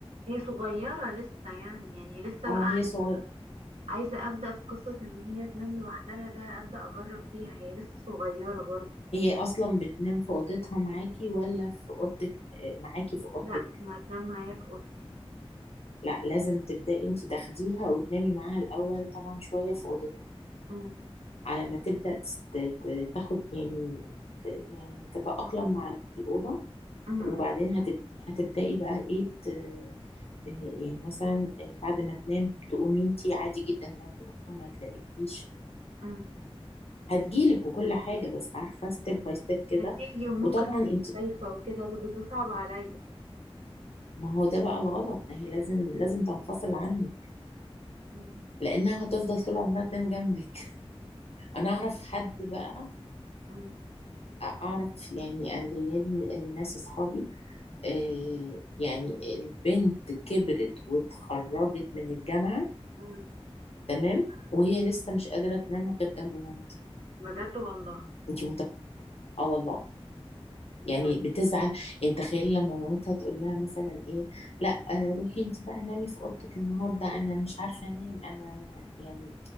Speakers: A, on the right (about 85°); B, on the left (about 75°).
A: هي صغيره لسه يعني يعني لسه
B: اه هي صغيرة
A: عايزة أبدأ في قصة إن هي تنام لوحدها ده أبدأ أجرب فيها هي لسه صغيرة برضه
B: هي اصلا بتنام في اوضتها معاكي ولا في اوضتك آه، معاكي في اوضتك
A: لا ما تنام معايا في أوضتي
B: لا لازم تبدأي انت تاخديها وتنامي معاها الاول طبعا شوية في اوضتها
A: أم،
B: على ما تبدأ تس- ت- ت- تاخد يعني ت- يعني تتأقلم مع الأوضة
A: أم،
B: وبعدين
A: أم،
B: هتب... هتبدأي بقى ايه ت... آه، يعني مثلا آه، بعد ما تنام تقومي انتي عادي جدا ما تقوم ما تلاقيكيش
A: أم.
B: هتجيلك وكل حاجة بس عارفة ستيب باي ستيب كده
A: هتيجي وممكن
B: وطبعا مم. انت
A: خايفة وكده تبقى تصعب عليا
B: ما هو ده بقى الغلط ما هي لازم لازم تنفصل عنك
A: أم،
B: لانها هتفضل طول عمرها تنام جنبك <laughs> انا اعرف حد بقى
A: أم،
B: اعرف يعني الليالي الناس اصحابي آه، يعني البنت كبرت واتخرجت من الجامعة
A: أم.
B: تمام وهي لسه مش قادرة تنام غير جنب مامتها
A: بجد والله
B: انت متخيلة اه والله يعني
A: يا
B: بتزعل يعني تخيل لما مامتها تقول لها مثلا ايه لا آه، روحي انت بقى نامي في اوضتك النهارده انا مش عارفه انام انا يعني